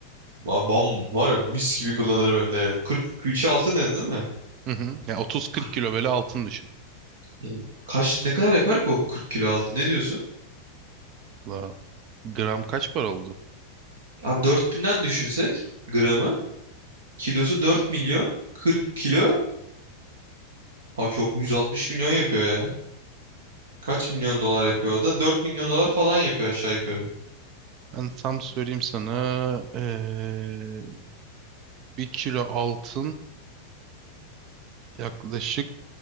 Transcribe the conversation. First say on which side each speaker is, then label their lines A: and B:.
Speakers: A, on the right; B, on the right.
A: Ba- Bam var ya mis gibi kullanırım hem de. ya. 40 külçe altın dedin değil mi?
B: Hı hı. Ya 30-40
A: 40,
B: kilo böyle altın düşün.
A: yani kaç ne kadar yapar ki o 40 kilo altın ne diyorsun?
B: La, gram kaç para oldu?
A: Abi 4000'den düşünsek gramı kilosu 4 milyon 40 kilo Abi çok 160 milyon yapıyor ya. Kaç milyon dolar yapıyor o da? 4 milyon dolar falan yapıyor aşağı yukarı.
B: Ben tam söyleyeyim sana. Ee, 1 kilo altın Yaklaşık